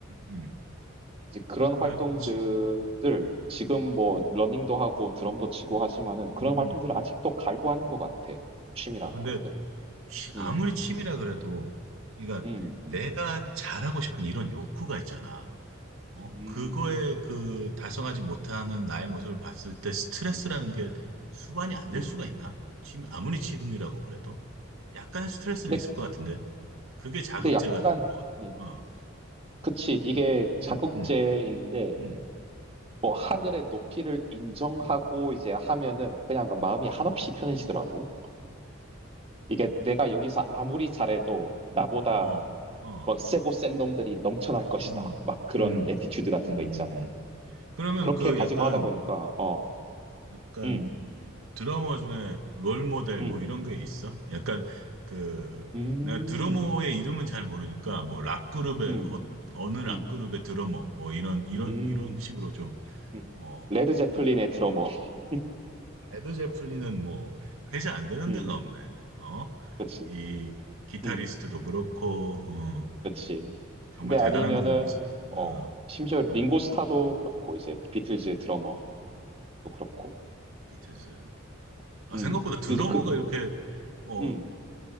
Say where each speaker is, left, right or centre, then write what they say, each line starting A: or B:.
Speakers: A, on the right; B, on the right.
A: 음, 음.
B: 이제 그런
A: 그렇지.
B: 활동들을
A: 어,
B: 지금 뭐
A: 음,
B: 러닝도 하고 드럼도 치고
A: 음,
B: 하지만은 그런
A: 음, 음.
B: 활동들을 아직도 갈고 하는 것 같아. 취미라는
A: 아, 근데
B: 것들을.
A: 치- 아무리
B: 음,
A: 취미라 그래도, 그러니까
B: 음,
A: 내가 잘하고 싶은 이런 욕구가 있잖아. 어?
B: 음,
A: 그거에
B: 음,
A: 그 달성하지 못하는 나의 모습을 봤을 때 스트레스라는
B: 음,
A: 게 수반이 안 될
B: 음.
A: 수가 있나? 지금 아무리 지금이라고 그래도 약간의 스트레스는
B: 근데,
A: 있을 것 같은데 그게 자극제가
B: 근데 약간,
A: 되는 거
B: 음,
A: 같아. 어,
B: 그치. 이게
A: 음,
B: 자극제인데
A: 음, 음, 음,
B: 뭐 하늘의 높이를 인정하고 이제 하면은 그냥 그 마음이 한없이 편해지더라고. 이게 내가 여기서 아무리 잘해도 나보다
A: 어, 어,
B: 막 세고 센 놈들이 넘쳐날 것이다.
A: 음,
B: 막 그런
A: 음,
B: 에티튜드 같은
A: 음.
B: 거 있잖아.
A: 그러면
B: 그렇게
A: 그
B: 가지고
A: 약간
B: 하다 보니까 어,
A: 약간
B: 음,
A: 드러머 중에 롤 모델
B: 음,
A: 뭐 이런 게 있어? 약간 그
B: 음,
A: 내가 드러머의 이름은 잘 모르니까 뭐 락 그룹의
B: 음,
A: 어, 어느 락
B: 음,
A: 그룹의 드러머 뭐 이런 이런
B: 음,
A: 이런 식으로 좀
B: 음.
A: 어,
B: 레드 제플린의 드러머, <laughs>
A: 레드 제플린은 뭐 회자 안 되는
B: 음,
A: 데가 없네. 어?
B: 그렇지,
A: 이 기타리스트도
B: 음.
A: 그렇고 어,
B: 그렇지.
A: 정말
B: 근데
A: 대단한
B: 아니면은
A: 그룹이지.
B: 어,
A: 어,
B: 심지어 링고
A: 음,
B: 스타도 그렇고 이제 비틀즈 드러머도 그렇고
A: 비틀즈. 아,
B: 음,
A: 생각보다 드러머가
B: 이제 그
A: 이렇게 어,
B: 음,